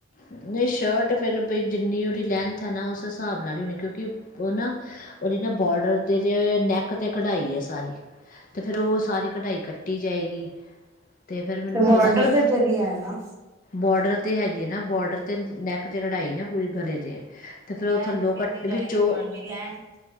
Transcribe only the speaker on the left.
ਨਹੀਂ ਸ਼ਰਟ ਫਿਰ ਬਈ ਜਿੰਨੀ ਉਹਦੀ ਲੈਂਥ ਉਥ ਨਾ ਉਸ ਹਿਸਾਬ ਨਾਲ ਕਿਉਂਕਿ ਨਾ ਉਹ ਜ ਨਾ ਬੋਰਡਰ ਤੇ ਨੈੱਕ ਤੇ ਕਢਾਈ ਹੈ ਸਾਰੀ। ਤੇ ਫਿਰ ਉਹ ਸਾਰੀ ਕਢਾਈ ਕੱਟੀ ਜਾਏਗੀ। ਤੇ ਫਿਰ ਮੈਨੂੰ
ਥੋੜਾ ਜਿਹਾ
ਬੋਡਰ ਹੈਗੇ ਨਾ। ਬੋਰਡਰ ਤੇ ਨੈਕ ਤੇ ਕਢਾਈ ਇਹ ਪੂਰੀ ਗਲੇ 'ਤੇ ਫੇਰ
ਉਹ ਥੱਲੋਂ
ਕੱਟ
ਵਿੱਚੋਂ